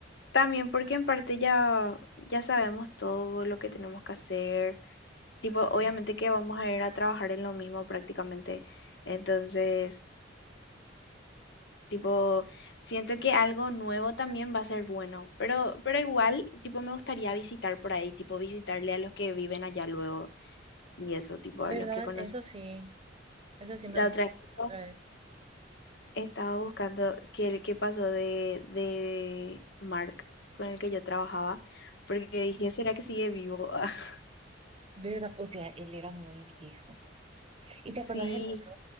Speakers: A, on the left; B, on the right.
A: También porque en parte ya, ya sabemos todo lo que tenemos que hacer. Tipo,
B: Sí.
A: obviamente que vamos a ir a trabajar en lo mismo prácticamente. Entonces, tipo, siento que algo nuevo también va a ser bueno. Pero, pero igual, tipo, me gustaría visitar por ahí, tipo, visitarle a los que viven allá luego y eso, tipo,
B: ¿Verdad?
A: a los que conocí.
B: Eso sí, eso sí me
A: La
B: gustaría
A: otra vez
B: hacer
A: justo
B: otra vez.
A: estaba buscando qué, qué pasó de, de Mark, con el que yo trabajaba, porque dije, ¿será que sigue vivo? <laughs>
B: ¿Verdad? O sea, él era muy viejo. ¿Y te
A: Sí.
B: acordás del otro?